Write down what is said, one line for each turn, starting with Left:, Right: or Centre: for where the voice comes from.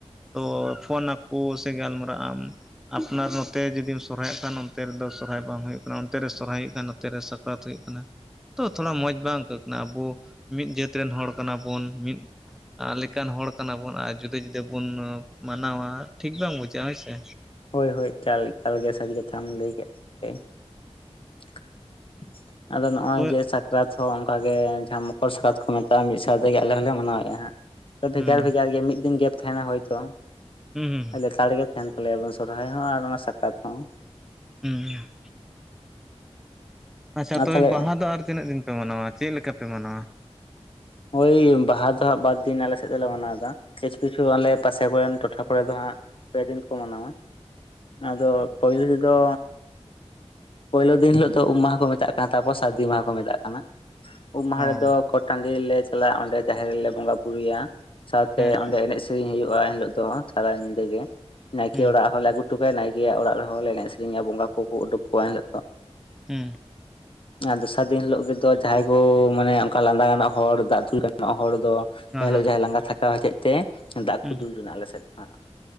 Centre: ᱛᱚ ᱯᱷᱳᱱᱟᱠᱚ ᱥᱮ ᱜᱟᱞᱢᱟᱨᱟᱜ ᱟᱢ ᱟᱯᱱᱟᱨ ᱱᱚᱛᱮ ᱡᱩᱫᱤᱢ ᱥᱚᱨᱦᱟᱭᱚᱜ ᱠᱷᱟᱱ ᱚᱱᱛᱮ ᱨᱮᱫᱚ ᱥᱚᱨᱦᱟᱭ ᱵᱟᱝ ᱦᱩᱭᱩᱜ ᱠᱟᱱᱟ ᱚᱱᱛᱮ ᱨᱮ ᱥᱚᱨᱦᱟᱭ ᱦᱩᱭᱩᱜ ᱠᱷᱟᱱ ᱚᱱᱛᱮᱨᱮ ᱥᱟᱠᱨᱟᱛ ᱦᱩᱭᱩᱜ ᱠᱟᱱᱟ ᱛᱚ ᱛᱷᱚᱲᱟ ᱢᱚᱸᱡᱽ ᱵᱟᱝ ᱟᱹᱭᱠᱟᱹᱜ ᱠᱟᱱᱟ ᱟᱵᱚ ᱢᱤᱫ ᱡᱟᱹᱛ ᱨᱮᱱ ᱦᱚᱲ ᱠᱟᱱᱟ ᱵᱚᱱ ᱢᱤᱫ ᱟᱞᱮᱠ ᱠᱟᱱ ᱦᱚᱲ ᱠᱟᱱᱟ ᱵᱚᱱ ᱟᱨ ᱡᱩᱫᱟᱹ ᱡᱩᱫᱟᱹ ᱵᱚᱱ ᱢᱟᱱᱟᱣᱟ ᱴᱷᱤᱠ ᱵᱟᱝ ᱵᱩᱡᱷᱟᱹᱜ-ᱟ᱾ ᱦᱳᱭᱥᱮ?
Left: ᱦᱳᱭ ᱦᱳᱭ ᱮᱠᱟᱞ ᱮᱠᱟᱞᱜᱮ ᱥᱟᱹᱨᱤ ᱠᱟᱛᱷᱟᱢ ᱞᱟᱹᱭ ᱠᱮᱫ <unintelligible> ᱟᱫᱚ ᱱᱚᱜᱼᱚᱭ
Centre: ᱛᱚᱵᱮ
Left: ᱡᱮ ᱥᱟ ᱨᱟᱛ ᱦᱚᱸ ᱚᱱᱠᱟ ᱜᱮ ᱡᱟᱦᱟᱸ ᱢᱚᱠᱚᱨ ᱥᱟᱠᱨᱟᱛ ᱠᱚ ᱢᱮᱛᱟᱜᱼᱟ ᱢᱤᱫ ᱥᱟᱶᱛᱮᱜ ᱟᱞᱮ ᱦᱚᱸᱞᱮ ᱢᱟᱱᱟᱣᱮᱫᱼᱟ ᱦᱟᱸᱜ᱾ ᱵᱷᱮᱜᱟᱨ
Centre: ᱦᱩᱸ
Left: ᱵᱷᱮᱜᱟᱨ ᱜᱮ ᱢᱤᱫ ᱫᱤᱱ ᱜᱮᱯ ᱛᱟᱦᱮᱱᱟ ᱦᱳᱭᱛᱳ
Centre: ᱦᱩᱸ ᱦᱩᱸ
Left: ᱞᱮᱛᱟᱲ ᱜᱮ ᱛᱟᱦᱮᱱ ᱛᱟᱞᱮᱭᱟ <unintelligible> ᱥᱚᱨᱦᱟᱭ ᱦᱚᱸ ᱟᱨ ᱚᱱᱟ ᱥᱟᱠᱨᱟᱛ ᱦᱚᱸ᱾
Centre: ᱦᱩᱸ ᱟᱪᱪᱷᱟ
Left: ᱟᱨ
Centre: ᱛᱚᱵᱮ
Left: ᱛᱟᱦᱚᱞᱮ
Centre: ᱵᱟᱦᱟ ᱫᱚ ᱟᱨ ᱛᱤᱱᱟᱹᱜ ᱫᱤᱱ ᱯᱮ ᱢᱟᱱᱟᱣᱟ ᱪᱮᱫ ᱞᱮᱠᱟ ᱯᱮ ᱢᱟᱱᱟᱣᱟ?
Left: ᱦᱳᱭ ᱵᱟᱦᱟ ᱫᱚ ᱵᱟᱨ ᱫᱤᱱ ᱟᱞᱮ ᱥᱮᱫ ᱫᱚᱞᱮ ᱢᱟᱱᱟᱣ ᱮᱫᱟ᱾ ᱠᱤᱪᱷᱩ ᱠᱤᱪᱷᱩ ᱟᱞᱮ ᱯᱟᱥᱮ ᱠᱚᱨᱮᱱ ᱴᱚᱴᱷᱟ ᱠᱚᱨᱮ ᱫᱚ ᱦᱟᱸᱜ ᱯᱮ ᱫᱤᱱ ᱠᱚ ᱢᱟᱱᱟᱣᱟ᱾ ᱟᱫᱚ, ᱯᱟᱹᱦᱤᱞ ᱫᱚ ᱯᱳᱭᱞᱳ ᱫᱤᱱ ᱦᱤᱞᱳᱜ ᱫᱚ ᱩᱢ ᱢᱟᱦᱟ ᱠᱚ ᱢᱮᱛᱟᱜ ᱠᱟᱱᱟ ᱛᱟᱨᱯᱚᱨ ᱥᱟᱹᱨᱫᱤ ᱢᱟᱦᱟ ᱠᱚ ᱢᱮᱛᱟᱜ ᱠᱟᱱᱟ᱾ ᱩᱢ ᱢᱟᱦᱟ
Centre: ᱚ
Left: ᱨᱮᱫᱚ ᱜᱚᱴ ᱴᱟᱺᱰᱤ ᱞᱮ ᱪᱟᱞᱟᱜ-ᱟ ᱚᱸᱰᱮ ᱡᱟᱦᱮᱨ ᱨᱮᱞᱮ ᱵᱚᱸᱜᱟ ᱵᱩᱨᱩᱭᱟ ᱥᱟᱶᱛᱮ
Centre: ᱦᱮᱸ
Left: ᱚᱸᱰᱮ ᱮᱱᱮᱡ ᱥᱮ ᱥᱮᱤᱨᱤᱧ ᱦᱩᱭᱩᱜ-ᱟ ᱮᱱ ᱦᱤᱞᱳᱜ ᱫᱚ ᱥᱟᱨᱟ ᱧᱤᱫᱟᱹ ᱜᱮ ᱱᱟᱭᱠᱮ
Centre: ᱦᱩᱸ
Left: ᱚᱲᱟᱜ ᱦᱚᱸ ᱞᱮ ᱟᱹᱜᱩᱩᱴᱩ ᱩᱴᱩᱠᱟᱭ ᱱᱟᱭᱠᱮᱭᱟᱜ ᱚᱲᱟᱜ ᱨᱮᱦᱚᱸ ᱮᱱᱮᱡ ᱥᱮᱨᱮᱧᱟ ᱵᱚᱸᱜᱟ ᱠᱚᱠᱚ ᱩᱰᱩᱠ ᱠᱚᱣᱟ ᱮᱱᱤᱞᱳᱜ ᱫᱚ᱾
Centre: ᱦᱩᱸ
Left: ᱟ ᱫᱚᱥᱟᱨ ᱫᱤᱱ ᱦᱤᱞᱳᱜ ᱨᱮ ᱫᱚ ᱡᱟᱦᱟᱸᱭ ᱠᱚ ᱢᱟᱱᱮ ᱚᱱᱠᱟ ᱞᱟᱸᱫᱟ ᱜᱟᱱᱚᱜ ᱦᱚᱲ ᱫᱟᱜ ᱫᱩᱞ ᱜᱟᱱᱚᱜ-ᱟ ᱦᱚᱲ ᱫᱚ
Centre: ᱦᱮᱸ
Left: ᱮᱱᱦᱤᱞᱳᱜ
Centre: ᱦᱮᱸ
Left: ᱡᱟᱦᱟᱸᱭ ᱞᱟᱸᱜᱟ ᱛᱷᱟᱠᱟᱣ ᱦᱚᱪᱮᱡ ᱛᱮ ᱫᱟᱜ
Centre: ᱦᱩᱸ
Left: ᱠᱚ ᱫᱩᱞ ᱡᱚᱱᱟᱜ ᱟᱞᱮᱥᱮᱫ ᱫᱚ ᱦᱟᱸᱜ᱾